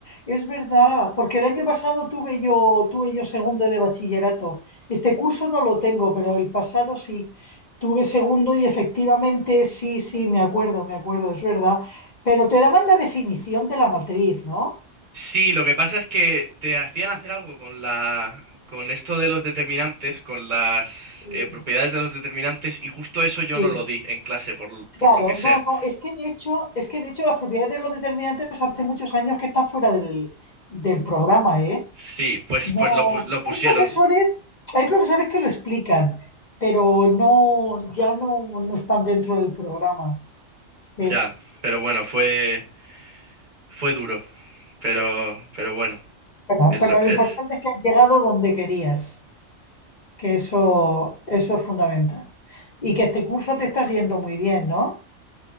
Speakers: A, on the left; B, on the right.
A: Es verdad. Porque el año pasado tuve yo, tuve yo segundo de bachillerato. Este curso no lo tengo, pero el pasado sí. Tuve segundo y efectivamente sí, sí, me acuerdo, me acuerdo, es verdad. Pero te daban la definición de la matriz, ¿no?
B: sí, lo que pasa es que te hacían hacer algo con la, con esto de los determinantes, con las
A: Sí.
B: eh, propiedades de los determinantes, y justo eso yo
A: Sí.
B: no lo di en clase, por,
A: Claro,
B: por lo que sea.
A: no, no, es que de hecho, es que de hecho las propiedades de los determinantes hace muchos años que está fuera del, del programa, ¿eh?
B: Sí, pues,
A: No,
B: pues lo, pu- lo pusieron.
A: hay profesores, hay profesores que lo explican, pero no, ya no, no están dentro del programa. Sí,
B: Ya, pero bueno, fue, fue duro, pero, pero bueno,
A: Pero,
B: es, lo-
A: pero lo
B: es-
A: importante es que has llegado donde querías, que eso, eso es fundamental. Y que este curso te estás yendo muy bien, ¿no?